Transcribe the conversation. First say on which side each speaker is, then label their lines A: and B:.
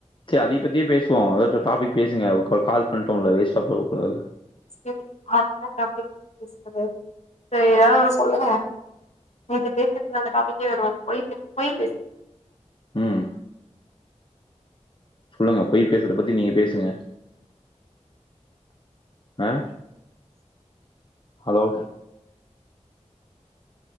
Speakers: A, on the left; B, on the left.
A: சேரி அதயி பத்தியே பேசுவோ அதாவது டாப்பிக் பேசுங்க கால் பண்ட்டோல்ல வேஸ்டா போகக்கடாது
B: சேரி அடுத்த டாபிக் பேசறது சேரி ஏதாவது ஒரு சொல்லுங்க <inaudible>
A: ம் சொல்லுங்க பொய் பேசுறத பத்தி நீங்க பேசுங்க ஆ ஹலோ